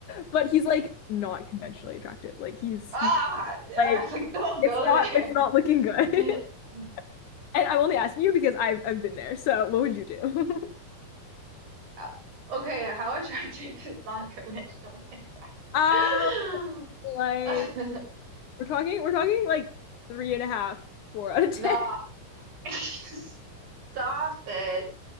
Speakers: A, on the left; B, on the right.
A: <laughs> But he's like not conventionally attractive. Like he's he
B: Ah, Yeah,
A: like
B: I was like, don't
A: it's
B: go
A: not
B: there.
A: it's not looking good.
B: <laughs>
A: <laughs> And I'm only asking you because I've I've been there. So what would you do? <laughs>
B: Uh, Okay, how attractive is not conventionally
A: Um,
B: attractive?
A: like
B: <laughs>
A: We're talking, we're talking like three and a half, four out of ten.
B: No,
A: <laughs>
B: <laughs> stop it.